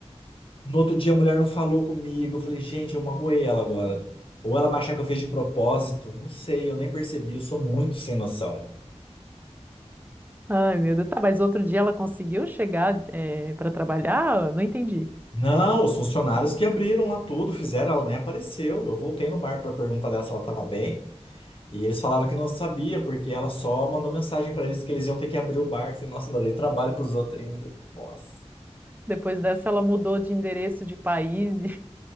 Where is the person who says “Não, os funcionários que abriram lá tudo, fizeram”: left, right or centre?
Left